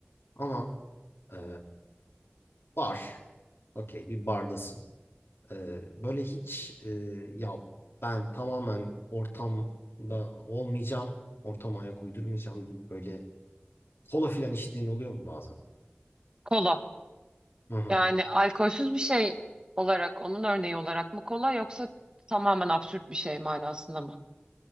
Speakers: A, on the left; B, on the right.
A: Ama e, bar. Okey bir bardasın. Ee, böyle hiç e, ya ben tamamen ortamda olmayacağım. Ortama ayak uydurmayacağım deyip böyle kola filan içtiğin oluyor mu bazen?
B: Kola.
A: Hı hı.
B: Yani alkolsüz bir şey olarak, onun örneği olarak mı kola yoksa tamamen absürt bir şey manasında mı?